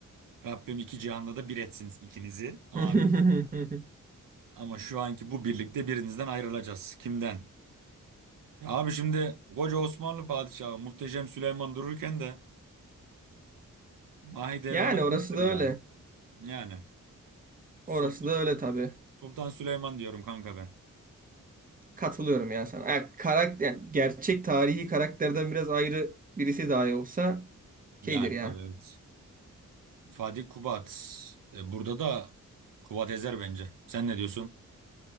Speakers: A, on the right (about 85°); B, on the right (about 25°).
A: Rabbim iki cihanda da bir etsin ikinizi. Amin.
B: <laughs>
A: Ama şu anki bu birlikte birinizden ayrılacağız. Kimden? Ya Abi şimdi koca Osmanlı padişahı muhteşem Süleyman dururken de Mahidevran'a
B: Yani
A: bayılır
B: orası da
A: ya.
B: öyle.
A: Yani Sultan,
B: Orası da öyle tabii.
A: Sultan Süleyman diyorum kanka ben.
B: Katılıyorum ya sana. Ya, karakter, yani gerçek tarihi karakterden biraz ayrı birisi dahi olsa
A: Yani
B: şeydir ya.
A: tabii evet. Fatih Kubat. E, burada da Kubat ezer bence. Sen ne diyorsun?